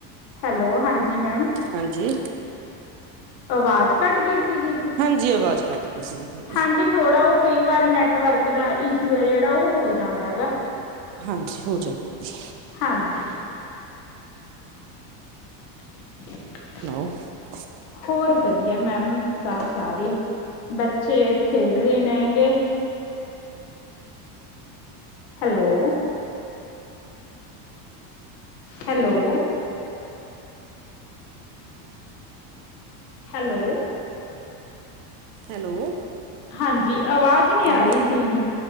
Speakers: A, on the left; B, on the right.
A: ਹੈਲੋ ਹਾਂਜੀ ਮੈਮ।
B: ਹਾਂਜੀ?
A: ਆਵਾਜ਼ ਘੱਟ ਗੀ ਸੀਗੀ ਜੀ।
B: ਜੀ ਆਵਾਜ਼ ਕੱਟ ਕੇ ਸੀਗੀ। ਤੁਹਾਡੀ
A: ਹਾਂਜੀ ਥੋੜਾ ਉ ਕਈ ਵਾਰ ਨੈਟਵਰਕ ਦਾ ਇਸ਼ੂ ਏ ਜੇੜਾ ਉ ਹੋ ਜਾਂਦਾ ਹੈਗਾ।
B: ਹਾਂਜੀ ਹੋ ਜਾਂਦੈ ਜੀ।
A: ਹਾਂਜੀ <inaudible>
B: <unintelligible>
A: ਹੋਰ ਵਧੀਆ ਮੈਮ ਸਭ ਸਾਰੇ। ਬੱਚੇ ਖੇਡਰੇ ਨੇਗੇ ਹੈਲੋ ਹੈਲੋ ਹੈਲੋ
B: ਹੈਲੋ
A: ਹਾਂਜੀ ਆਵਾਜ਼ ਨੀ
B: ਹਾਂ
A: ਆ ਰਹੀ ਸੀ ਜੀ।